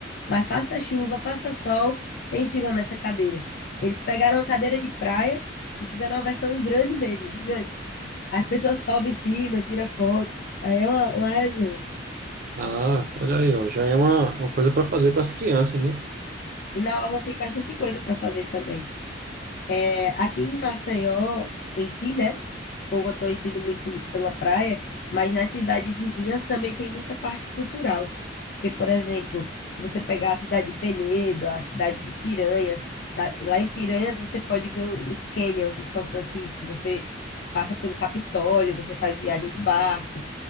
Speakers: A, on the left (about 55°); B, on the right (about 50°).
A: Mas faça chuva, faça sol, tem fila nessa cadeira. Eles pegaram uma cadeira de praia e fizeram uma versão grande mesmo, gigante. As pessoas sobem em cima, tiram foto. Aí é uma, uma resenha.
B: Ah, olha aí, ó, já é uma, uma coisa para fazer com as crianças, né?
A: E na orla tem bastante coisa para fazer também. É, Aqui em Maceió, em si, né? O povo é conhecido muito pela praia, mas nas cidades vizinhas também tem muita parte cultural. Porque, por exemplo, se você pegar a cidade de Penedo, a cidade de Piranhas, tá? lá em Piranhas você pode ver os cânions de São Francisco, você passa pelo Capitólio, você faz viagem de barco.